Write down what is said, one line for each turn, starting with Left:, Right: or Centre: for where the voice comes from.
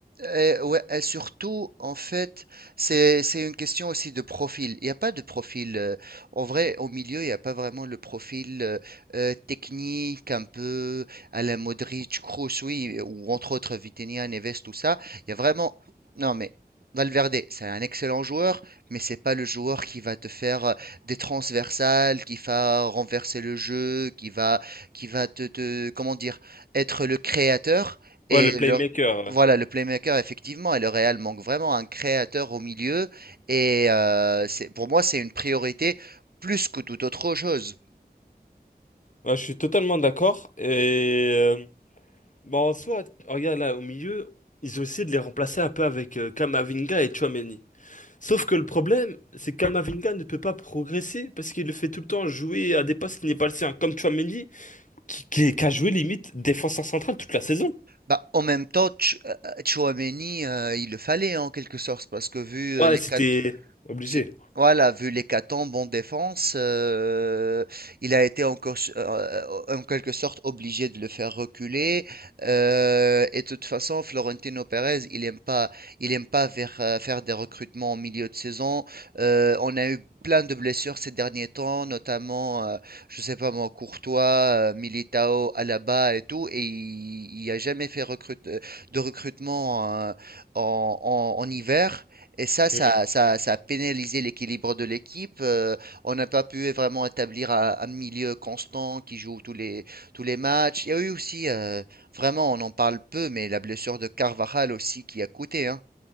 Right: Et, ouais, et surtout, en fait, c'est, c'est une question aussi de profil. Il n'y a pas de profil. euh, en vrai, au milieu, il n'y a pas vraiment le profil euh, euh, technique, un peu à la Modric, Kroos, oui, ou entre autres Vitinha, Neves, tout ça. Il y a vraiment. Non, mais Valverde, c'est un excellent joueur, mais c'est pas le joueur qui va te faire euh, des transversales, qui va renverser le jeu, qui va, qui va te, te, comment dire, être le créateur.
Left: Ouais,
Right: Et
Left: le playmaker.
Right: le,
Left: ouais.
Right: voilà, le playmaker, effectivement, et le Real manque vraiment un créateur au milieu. Et euh, c'est, pour moi, c'est une priorité plus que toute autre chose.
Left: Ouais, je suis totalement d'accord. Et euh, bon, en soi, regarde là, au milieu, ils ont essayé de les remplacer un peu avec euh, Camavinga et Tchouaméni. Sauf que le problème, c'est que Kamavinga ne peut pas progresser parce qu'il le fait tout le temps jouer à des postes qui n'est pas le sien, comme Tchouaméni, qui, qui, qui a joué limite défenseur central toute la saison.
Right: Bah, en même temps, Ch- euh, Tchouaméni, euh, il le fallait en quelque sorte, parce que vu euh,
Left: Ouais,
Right: les,
Left: c'était
Right: cat-
Left: obligé.
Right: C'est voilà, vu l'hécatombe en défense, heu, il a été encore s en quelque sorte obligé de le faire reculer, heu et de toute façon, Florentino Pérez, il aime pas il aime pas faire heu, faire des recrutements en milieu de saison. Heu, on a eu plein de blessures ces derniers temps, notamment, heu, je sais pas moi, Courtois, heu, Militao, Alaba et tout et il il a jamais fait recrute euh, de recrutement, heu, en en en hiver. Et ça, ça,
Left: Mhm.
Right: ça, ça a pénalisé l'équilibre de l'équipe. euh, on n'a pas pu vraiment établir un, un milieu constant qui joue tous les, tous les matchs. Il y a eu aussi, euh, vraiment, on en parle peu, mais la blessure de Carvajal aussi qui a coûté, hein.